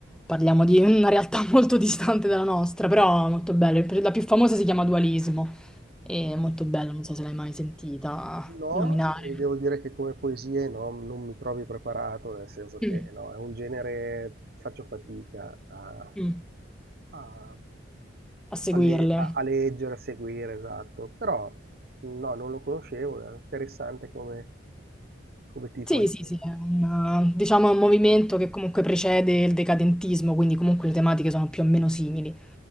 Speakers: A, in the centre; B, on the right.
A: parliamo di una realtà <laughs> molto distante dalla nostra, però molto bello. La più famosa si chiama Dualismo, è molto bella, non so se l'hai mai sentita
B: No,
A: nominare.
B: e devo dire che come poesie no, non mi trovi preparato, nel senso che
A: Mm,
B: no, è un genere, faccio fatica a,
A: mm,
B: a-
A: A seguirle.
B: a le- a- a leggere, a seguire, esatto. Però no, non lo conoscevo, è interessante come, come tipo
A: Sì,
B: di...
A: sì, sì, è un, diciamo, un movimento che comunque precede il decadentismo, quindi comunque le tematiche sono più o meno simili.